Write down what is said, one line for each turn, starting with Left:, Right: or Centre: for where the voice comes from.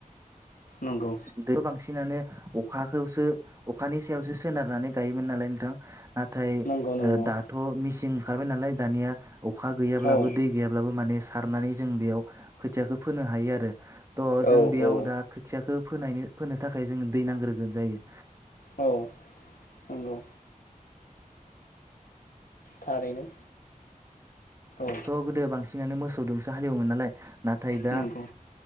Left: नंगौ
Right: दैखौ बांसिनानो अखाखौसो अखानि सायावसो सोनारनानै गायोमोन नालाय नोंथां नाथाय
Left: नंगौ नंगौ
Right: ओ दाथ' मिसिं ओंखारबाय नालाय दानिया अखा गैयाब्लाबो
Left: औ
Right: दै गैयाब्लाबो माने सारनानै जों बेयाव खोथियाखो फोनो हायो आरो थ' जों
Left: औ
Right: बेयाव
Left: औ
Right: दा खोथियाखो फोनायनो फोनो थाखाय जोंङो दै नांग्रोगोन जायो
Left: औ नंगौ थारैनो औ
Right: थ' गोदो बांसिनानो मोसौ दोंसो हालेवोमोन नालाय नाथाय दा
Left: नंगौ